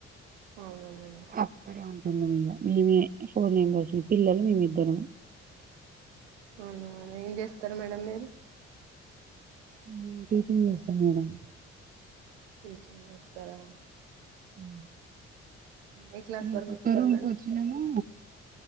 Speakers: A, on the right (about 75°); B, on the right (about 25°).
A: అవున మేడం
B: అక్కడే ఉంటున్న మీగా మేమే ఫోర్ నెంబర్స్ పిల్లలు మేమిద్దరం
A: అవునవును ఏం చేస్తారు మేడం మీరు
B: నేన్ టీచింగ్ చేస్తాం మేడం
A: టీచింగ్ చేస్తారా
B: ఊ
A: ఏ క్లాస్
B: ఇగ
A: వరకు
B: కొత్తరుం
A: చెప్తారు మేడం
B: కోచ్చినము